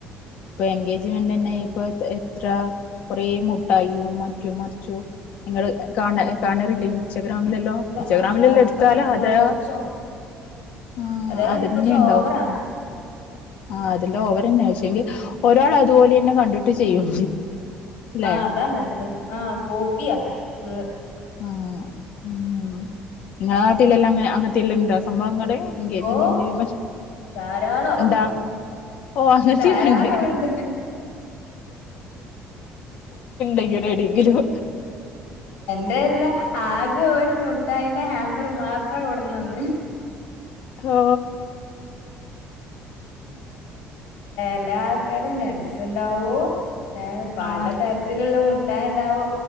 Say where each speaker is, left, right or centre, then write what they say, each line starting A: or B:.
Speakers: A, on the left; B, on the left.
A: ഇപ്പൊ എൻഗേജ്മെന്റ് ന്നെ ഇപ്പ എക്സ്ട്രാ കുറെ മുട്ടായിും മറ്റും മർച്ചും നിങ്ങൾ കാണാ കാണാറില്ലേ ഇൻസ്റ്റാഗ്രാമിലൊക്കെ
B: ഉള്ളൂ
A: ഉച്ചഗ്രാമിലല്ലാം എടുത്താലേ
B: അതെല്ലാം
A: അതാ
B: കുറച്ച്
A: ആഹ്
B: അതെല്ലാം
A: അതന്നെ
B: കുറച്ച്
A: ഉണ്ടാകും
B: ഓവറാണ്
A: ആഹ് അതെല്ലാം ഓവർ തന്നെ പക്ഷേ ഒരാൾ അതുപോലെ തന്നെ കണ്ടിട്ട് ചെയ്യും ല്ലേ
B: ആ അതന്നെ ആ കോപ്പിയ ഫുൾ
A: ആഹ് മ്മ് ഇങ്ങളെ നാട്ടിൽ എല്ലാം അങ്ങനത്തെ എല്ലാം ഉണ്ടോ സംഭവങ്ങൾ എൻഗേജ്മെന്റ്
B: ഓ ധാരാളം
A: ണ്ടാ ഓ അങ്ങനത്തെക്കെണ്ട്
B: ധാരാളം ഉണ്ട്
A: ഇണ്ടന എവിടെങ്കിലും
B: അതല്ല ആകെ ഒരു മുട്ടായിന്റെ ഹാമ്പർ മാത്രം കൊടുന്നുന്ന്
A: ഓ
B: എല്ലാ ആൾക്കാരും നെഡ് സുണ്ടാവോ ഏ പലതരത്തിലുള്ള
A: ആഹ്
B: മുട്ടായി ണ്ടാവോ